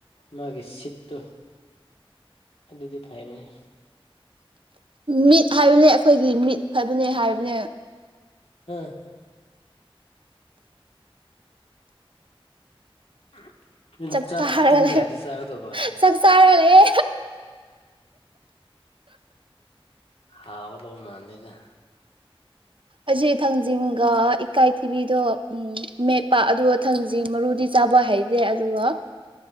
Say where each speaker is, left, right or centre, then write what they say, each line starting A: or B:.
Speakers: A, on the left; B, on the right.
A: ꯃꯥꯒꯤ ꯁꯤꯠꯇꯣ ꯑꯗꯨꯗꯤ ꯐꯕꯅꯤ
B: ꯃꯤꯠ ꯍꯥꯏꯕꯅꯦ ꯑꯩꯈꯣꯏꯒꯤ ꯃꯤꯠ ꯐꯕꯅꯦ ꯍꯥꯏꯕꯅꯦ
A: ꯎꯝ <inaudible> ꯑꯗꯨꯗꯤ
B: ꯆꯥꯛ ꯆꯥꯔꯒ
A: ꯄꯨꯡ ꯀꯌꯥꯗ ꯆꯥꯒꯗꯧꯕ
B: ꯆꯥꯛ ꯆꯥꯔꯒ ꯂꯩꯌꯦ
A: ꯍꯥꯎꯌꯗꯧꯕ ꯃꯥꯥꯟꯗꯦ ꯅ <unintelligible>
B: ꯑꯩꯁꯦ ꯊꯥꯡꯖꯤꯡꯒ ꯏꯀꯥꯏꯊꯤꯕꯤꯗꯣ ꯎꯝ ꯃꯦꯠꯄ ꯑꯗꯨꯒ ꯊꯥꯡꯖꯤꯡ ꯃꯔꯨꯗꯤ ꯆꯥꯕ ꯍꯩꯇꯦ ꯑꯗꯨꯒ